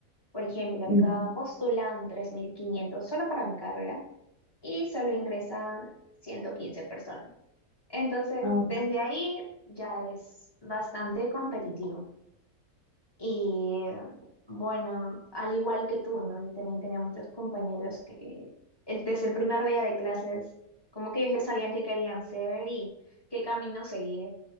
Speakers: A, on the left (about 15°); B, on the left (about 85°).
A: Por ejemplo, acá
B: mm,
A: postulan 3.500 solo para mi carrera y solo ingresan 115 personas. Entonces,
B: ah,
A: desde
B: ok,
A: ahí ya es bastante competitivo. Y bueno, al igual que tú, ¿no? Yo también tenía muchos compañeros que el- desde el primer día de clases, como que ellos ya sabían qué querían ser y qué camino seguir.